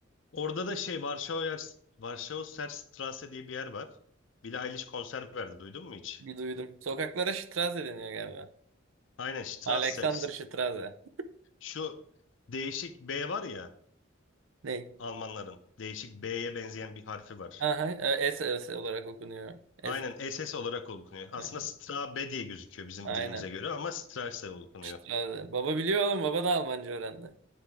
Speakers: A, on the left; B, on the right.
A: Orada da şey Varşova Varşova Serstrasse diye bir yer var. Billie Eilish konser verdi. Duydun mu hiç?
B: Bir duydum. Sokaklara Straße deniyor galiba.
A: Aynen Strasse.
B: Alexander Straße.
A: Şu değişik B var ya
B: Ne?
A: Almanların. Değişik B'ye benzeyen bir harfi var.
B: Aha e, S, S olarak okunuyor. S.
A: Aynen SS olarak okunuyor. Aslında
B: Aynen.
A: Stra B diye gözüküyor bizim
B: Aynen.
A: dilimize göre ama Strasse okunuyor.
B: Straße. Baba biliyor oğlum. Baba da Almanca öğrendi.